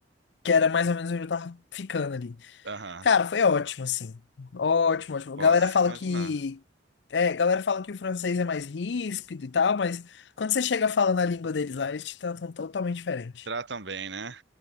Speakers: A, on the left; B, on the right.
A: que era mais ou menos onde eu tava ficando ali.
B: Aham.
A: Cara, foi ótimo assim. Ótimo, ótimo.
B: Posso
A: galera fala
B: imaginar.
A: que é, galera fala que o francês é mais ríspido e tal, mas quando você chega falando a língua deles lá, eles te tratam totalmente diferente.
B: Tratam bem, né?